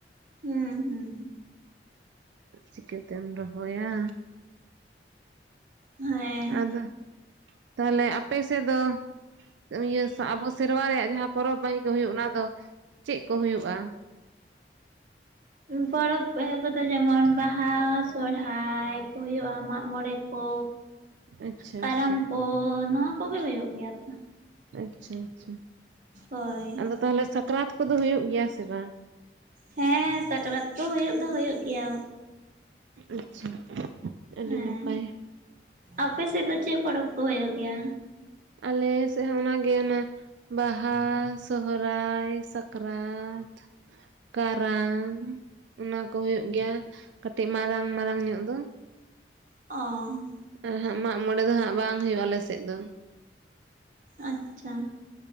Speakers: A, on the right; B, on the right.
A: ᱦᱩᱸ ᱦᱩᱸ
B: ᱪᱤᱠᱟᱹ ᱛᱮᱢ ᱨᱚᱦᱚᱭ-ᱟ
A: ᱦᱮᱸ
B: ᱟᱫᱚ ᱛᱟᱦᱞᱮ ᱟᱯᱮ ᱥᱮᱫ ᱫᱚ? ᱤᱭᱟᱹ ᱟᱵᱚ ᱥᱮᱨᱢᱟ ᱨᱮᱭᱟᱜ ᱡᱟᱦᱟᱸ ᱯᱚᱨᱚᱵᱽ ᱵᱟᱦᱤ ᱠᱚ ᱦᱩᱭᱩᱜ ᱚᱱᱟ ᱫᱚ ᱪᱮᱫ ᱠᱚ ᱦᱩᱭᱩᱜᱼᱟ? <unintelligible>
A: ᱯᱚᱨᱚᱵᱽ ᱠᱚᱫᱚ ᱡᱮᱢᱚᱱ ᱵᱟᱦᱟ ᱥᱚᱲᱦᱟᱭ ᱠᱚ ᱦᱩᱭᱩᱜ-ᱟ ᱢᱟᱸᱜ ᱢᱚᱸᱬᱮ ᱠᱚ,
B: ᱟᱪᱪᱷᱟ
A: ᱠᱟᱨᱟᱢ
B: ᱟᱪᱪᱷᱟ
A: ᱠᱚ ᱱᱚᱣᱟ ᱠᱚᱜᱮ ᱦᱳᱭᱳᱜ ᱜᱮᱭᱟ ᱛᱚ
B: ᱟᱪᱪᱷᱟ ᱟᱪᱪᱷᱟ
A: ᱦᱳᱭ
B: ᱟᱫᱚ ᱛᱟᱦᱚᱞᱮ ᱥᱟᱠᱨᱟᱛ ᱠᱚᱫᱚ ᱦᱩᱭᱩᱜ ᱜᱮᱭᱟ ᱥᱮ ᱵᱟᱝ
A: ᱦᱮᱸ ᱥᱟᱠᱨᱟᱛ ᱠᱚ ᱦᱳᱭᱳᱜ ᱫᱚ ᱦᱳᱭᱳᱜ ᱜᱮᱭᱟ
B: ᱟᱪᱪᱷᱟ ᱟᱹᱰᱤ
A: ᱦᱮᱸ
B: ᱱᱟᱯᱟᱭ ᱾
A: ᱟᱯᱮ ᱥᱮᱫ ᱫᱚ ᱪᱮᱫ ᱯᱚᱨᱚᱵᱽ ᱠᱚ ᱦᱩᱭᱩᱜ ᱜᱮᱭᱟ?
B: ᱟᱞᱮ ᱥᱮᱫ ᱦᱚᱸ ᱚᱱᱟᱜᱮ ᱚᱱᱟ ᱵᱟᱦᱟ ᱥᱚᱦᱚᱨᱟᱭ ᱥᱟᱠᱨᱟᱛ ᱠᱟᱨᱟᱢ ᱚᱱᱟ ᱠᱚ ᱦᱳᱭᱳᱜ ᱜᱮᱭᱟ ᱠᱟᱴᱤᱡ ᱢᱟᱨᱟᱝ ᱢᱟᱨᱟᱝ ᱧᱚᱜ ᱫᱚ
A: ᱚ
B: ᱟᱨ ᱦᱟᱸᱜ ᱢᱟᱜ ᱢᱚᱬᱮ ᱫᱚ ᱦᱟᱸᱜ ᱵᱟᱝ ᱦᱳᱭᱳᱜᱼᱟ ᱟᱞᱮᱥᱮᱫ ᱫᱚ᱾
A: ᱟᱪᱪᱷᱟ